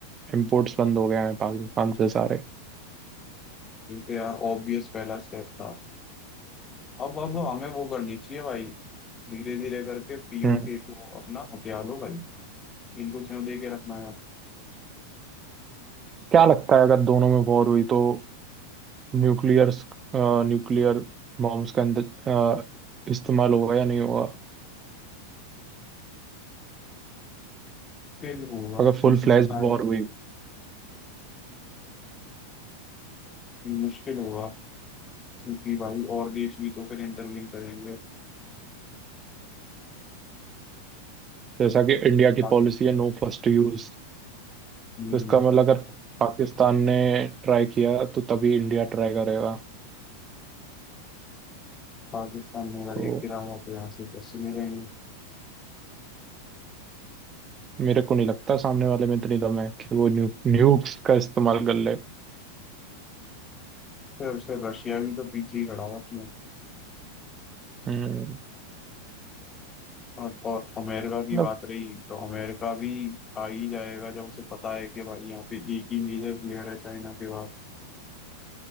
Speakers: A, on the right (about 25°); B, on the left (about 25°).
A: इम्पोर्ट्स बंद हो गए हैं पाकिस्तान से सारे
B: क्योंकि यार ऑब्वियस पहला स्टेप था अब अब हमें वो करनी चाहिए भाई धीरे धीरे करके पीओके
A: हम्म
B: को अपना हथियार लो भाई इनको क्यों दे के रखना है
A: क्या लगता है अगर दोनों में वॉर हुई तो न्यूक्लियर न्यूक्लियर बॉम्ब्स का इंत- अ, इस्तेमाल होगा या नहीं होगा
B: मुश्किल होगा
A: अगर
B: क्योंकि
A: फुल फ्लैश
B: पता
A: वॉर
B: है
A: हुई
B: कि मुश्किल होगा क्योंकि भाई और देश भी तो फिर इंटरव्यू करेंगे
A: जैसा कि इंडिया
B: पाकिस्तान
A: की पॉलिसी है नो फर्स्ट यूज
B: हम्म,
A: तो इसका मतलब अगर पाकिस्तान ने ट्राई किया तो तभी इंडिया ट्राई करेगा
B: पाकिस्तान में भाई
A: तो
B: एक खिलाफ वहाँ पे यहाँ से जैसे नहीं रहेंगे
A: मेरे को नहीं लगता सामने वाले में इतनी दम है कि वो न्यू, न्यूक्स का इस्तेमाल कर ले
B: फिर उससे रशिया भी तो पीछे ही खड़ा हुआ क्यों
A: हम्म,
B: और, और अमेरिका की
A: मतलब
B: बात रही तो अमेरिका भी आ ही जाएगा जब उसे पता है कि भाई यहाँ पे एक ही मेजर प्लेयर है चाइना के बाद